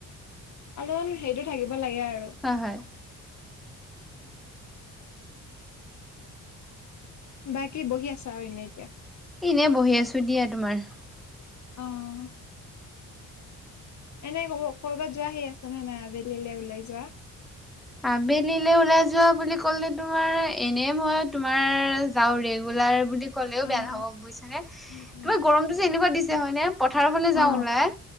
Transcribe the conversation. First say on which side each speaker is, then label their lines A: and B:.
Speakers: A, on the left (about 55°); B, in the centre.
A: অলপমান হেৰি থাকিব লাগে আৰু অ',
B: হয় হয়
A: বাকী বহি আছা আৰু এনে এতিয়া?
B: এনে বহি আছো দিয়া তোমাৰ
A: অ', হ'ম', এনে ক'ব ক'বাত যোৱা সি আছ নে নাই আবেলিলৈ ওলাই যোৱা
B: আবেলিলৈ ওলাই যোৱা বুলি ক'লে তোমাৰ এনে মই তোমাৰ যাও ৰেগু ৰেগুলাৰ বুলি ক'লেও
A: অ',
B: বেয়া হ'ব বুজিছ নে
A: উম উম
B: তোমাৰ গৰমটো যে এনেকুৱা দিছে হয় নে পথাৰৰ ফালে যাও
A: অ
B: ওলাই,